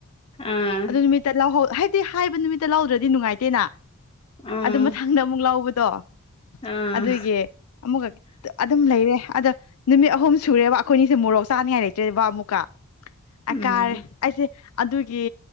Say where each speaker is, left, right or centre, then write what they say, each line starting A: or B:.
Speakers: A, on the left (about 25°); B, on the left (about 75°).
A: ꯑꯥ
B: ꯑꯗꯨ ꯅꯨꯃꯤꯠꯇ ꯂꯧ ꯍꯥꯏ ꯑꯗꯨꯗꯤ ꯍꯥꯏꯕ ꯅꯨꯃꯤꯠꯇ ꯂꯧꯗ꯭ꯔꯗꯤ ꯅꯨꯡꯉꯥꯏꯇꯦꯅ
A: ꯑꯥ
B: ꯑꯗꯨ ꯃꯊꯪꯗ ꯑꯃꯨꯛ ꯂꯧꯕꯗꯣ
A: ꯑꯥ
B: ꯑꯗꯨꯒꯤ ꯑꯃꯨꯛꯈ ꯑꯗꯨꯝ ꯂꯩꯔꯦ ꯑꯗ ꯅꯨꯃꯤꯠ ꯑꯍꯨꯝ ꯁꯨꯔꯦꯕ ꯑꯩꯈꯣꯏꯅꯤꯁꯦ ꯃꯣꯔꯣꯛ ꯆꯥꯅꯤꯡꯉꯥꯏ ꯂꯩꯇ꯭ꯔꯦ ꯕꯕꯥ ꯑꯃꯨꯛꯀ
A: ꯎꯝ
B: ꯑꯦꯥ ꯑꯩꯥꯏꯁꯦ ꯑꯗꯨꯒꯤ